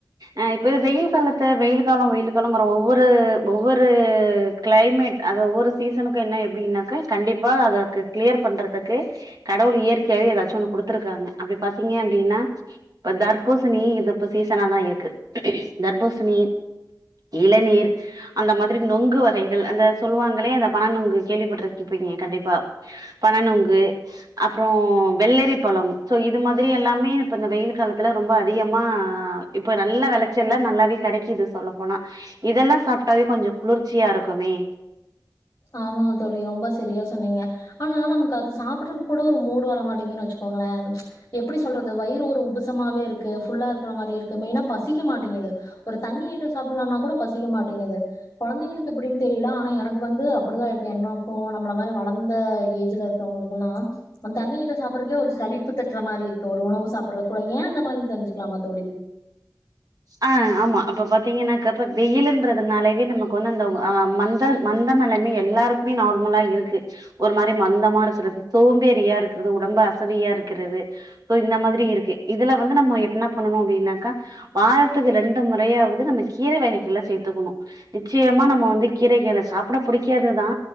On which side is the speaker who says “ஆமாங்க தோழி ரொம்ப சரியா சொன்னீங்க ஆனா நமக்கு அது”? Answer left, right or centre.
Left